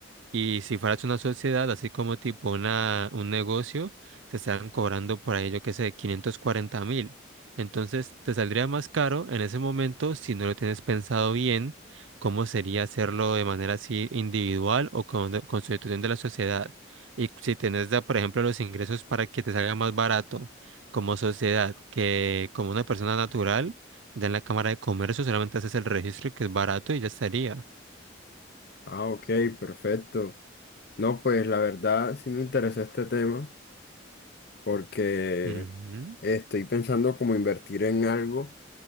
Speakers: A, on the right (about 75°); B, on the left (about 50°).
A: Y si fueras una sociedad, así como tipo una, un negocio, te estarán cobrando por ahí, yo qué sé, quinientos cuarenta mil. Entonces, te saldría más caro en ese momento si no lo tienes pensado bien, cómo sería hacerlo de manera así individual o con de- constitución de la sociedad. Y si tienes, da, por ejemplo, los ingresos para que te salga más barato como sociedad que como una persona natural, ya en la Cámara de Comercio solamente haces el registro que es barato y ya estaría.
B: Ah, ok, perfecto. No, pues la verdad sí me interesó este tema porque
A: Ujú.
B: estoy pensando como invertir en algo.